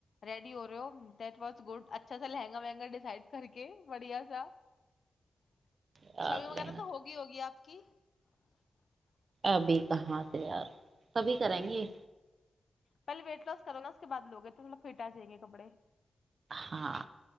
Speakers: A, on the left; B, on the right.
A: ریڈی ہو رہے ہو دیٹ وااز گڈ اچھا سا لہنگا ونا ڈسائڈ کر کے بڑیا سا <inaudible>
B: یار
A: شاابنگ
B: لہنگا
A: وغیرہ تو ہوگی ہوگی آپ کی <unintelligible>
B: کبھی کہاں سے یار کبھی کریں گے
A: پہل ویٹ لاس کرو نا اس کے بع لوگ تھ تو تھوڑا فٹ آ جائیں گے کپڑے
B: ہاں